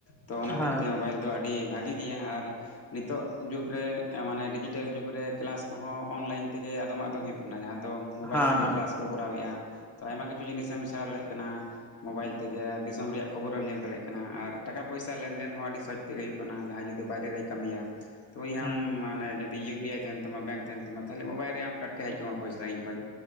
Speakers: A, on the left (about 45°); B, in the centre.
A: ᱛᱚ᱾ ᱚᱱᱟ
B: ᱦᱮᱸ
A: ᱦᱚᱛᱮᱡᱛᱮ ᱢᱳᱵᱟᱭᱤᱞ ᱫᱚ ᱟᱹᱰᱤ ᱵᱷᱟᱜᱮ ᱜᱮᱭᱟ ᱟᱨ ᱱᱤᱛᱚᱜ ᱡᱩᱠᱜᱽ ᱨᱮ ᱢᱟᱱᱮ ᱰᱤᱡᱤᱴᱮᱞ ᱡᱩᱠᱜᱽ ᱨᱮ ᱠᱮᱞᱟᱥ ᱠᱚᱦᱚ ᱚᱱᱞᱟᱭᱤᱱ ᱛᱮᱜᱮ, ᱟᱫᱚᱢᱟᱜ ᱫᱚ ᱦᱩᱭᱩᱜ ᱠᱟᱱᱟ᱾ᱡᱟᱦᱟ ᱫᱚ ᱢᱳᱵᱟᱭᱤᱞ
B: ᱦᱮᱸ
A: ᱛᱮᱜᱮ
B: ᱦᱮᱸ
A: ᱠᱮᱞᱟᱥ ᱠᱚ ᱠᱚᱨᱟᱣᱮᱜᱼᱟ᱾ ᱛᱚ ᱟᱭᱢᱟ
B: ᱦᱩᱸ
A: ᱠᱤᱪᱷᱩ ᱡᱤᱱᱤᱥ ᱮᱢ ᱥᱮᱬᱟ ᱫᱟᱲᱮᱭᱟᱜ ᱠᱟᱱᱟ᱾ ᱢᱳᱵᱟᱭᱤᱞ
B: ᱦᱩᱸ
A: ᱛᱮᱜᱮ ᱫᱤᱥᱚᱢ ᱨᱮᱭᱟᱜ ᱠᱷᱚᱵᱚᱨ ᱮᱢ ᱧᱮᱞ ᱫᱟᱲᱮᱭᱟᱜ ᱠᱟᱱᱟ ᱟᱨ ᱴᱟᱠᱟ ᱯᱚᱭᱥᱟ
B: ᱦᱩᱸ
A: ᱞᱮᱱᱫᱮᱱ ᱦᱚ ᱟᱹᱰᱤ ᱥᱚᱪ ᱛᱮᱜᱮ ᱦᱩᱭᱩᱜ ᱠᱟᱱᱟ᱾ ᱡᱟᱦᱟᱸᱭ ᱡᱩᱫᱤ ᱵᱟᱭᱨᱮ ᱨᱮᱭ ᱠᱟᱹᱢᱤᱭᱟ ᱩᱱᱤᱟᱢ
B: ᱦᱮᱸ
A: ᱢᱟᱱᱮ ᱡᱩᱫᱤ ᱤᱭᱩ ᱯᱤᱭᱟᱭ ᱛᱟᱦᱮᱱ ᱛᱟᱢᱟ ᱵᱮᱝᱠ ᱛᱟᱦᱮ ᱛᱟᱢᱟ ᱛᱟᱦᱚᱞᱮ ᱢᱚᱵᱟᱭᱤᱞ ᱨᱮ ᱟᱢ ᱴᱟᱴᱠᱟ ᱦᱮᱡ ᱜᱚ ᱟᱢᱟ ᱯᱚᱭᱥᱟ ᱥᱟᱜᱤᱧ ᱠᱷᱚᱱ